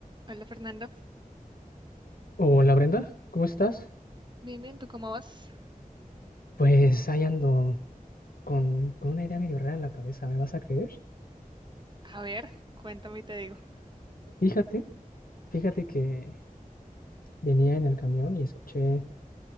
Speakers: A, on the right; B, on the left.
A: Hola Fernando,
B: Hola Brenda, ¿cómo estás?
A: bien, bien, ¿tú cómo vas?
B: Pues ahí ando con, con una idea medio rara en la cabeza, ¿me vas a creer?
A: A ver, cuéntame y te digo. <laughs>
B: Fíjate, fíjate que venía en el camión y escuché